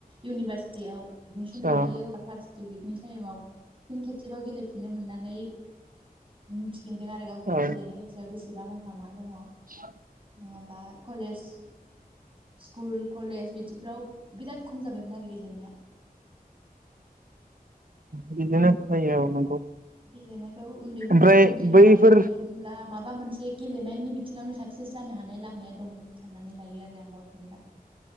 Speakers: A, on the right; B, on the right.
A: इउनिभारसिटियाव एडमिसन
B: औ
A: लाहैयो फार्स्ट उइकनि टाइमाव। फिन खेबसेबाव गेलेफिननो मोननानै मिथिफिनदों आरो गावखौनो
B: औ
A: गेलेनाय सायाव बेसे बेसेबां आंहा मा दङ।
B: <inaudible>
A: नङाबा कलेज स्कुल कलेज बिदिफ्राव बिराद खम जाबायमोन आरो गेलेनाया।
B: बिदिनो जायो औ नंगौ।
A: गेलेनायखौ उन्दैनिफ्रायनो
B: ओमफ्राय
A: कन्टिनिउ
B: बैफोर
A: लांबाय थायोमोनब्ला माब मा मोनसे गेलेनायनि बिथिङावनो साक्सेस जानो हानाय लामाया दं साननानै लायो आरो। <unintelligible>